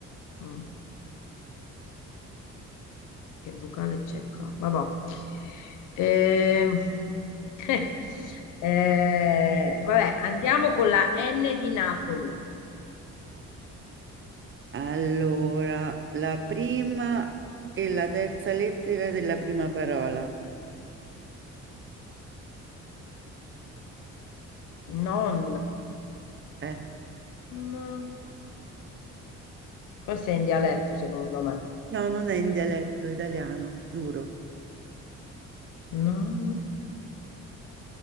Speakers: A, on the left; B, on the right.
A: Mm, che vocale c'è qua? Vabbè. Ehm, <laughs> eh, vabbè, andiamo con la N di Napoli.
B: Allora, la prima e la terza lettera della prima parola.
A: Non,
B: Eh,
A: non, questo è in dialetto secondo me.
B: no, non è in dialetto italiano, giuro.
A: Non.